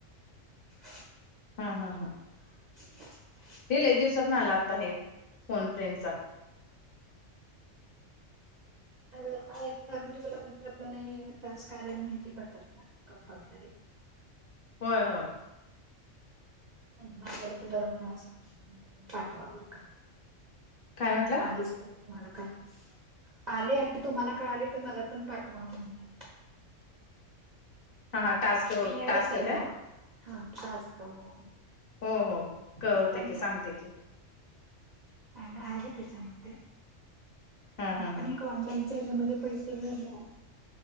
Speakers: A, on the right (about 50°); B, on the left (about 50°).
A: <unintelligible>
B: हा हा हा.
A: <inaudible>
B: हे लई दिवसातन आला आत्ता हे, फोन फ्रेंडचा.
A: अ एक चालू ठेवलं म्हणजे आपल्याला हे टास्क आलेले, माहिती पडतात ना. कंपलसरी.
B: होय होय.
A: नाय गेलं तर बर मणा असं. मला पण पाठवा बर का?
B: काय म्हटला?
A: आलेच तर तुम्हाला काय आले, आणि तुम्हाला कळाले तर मला पण पाठवा म्हणलं.
B: हा, हा टास्क
A: मी
B: टास्क
A: ऍड असाल
B: काय
A: ना. हा टास्क हो.
B: हो, हो. कळवते
A: मी पण
B: की, सांगते की.
A: ऍड आहे त्याच्यामध्ये.
B: हा हा
A: मी पण
B: हा
A: एक ऑनलाईनच्या याच्यामध्ये पैसे भरल्यात.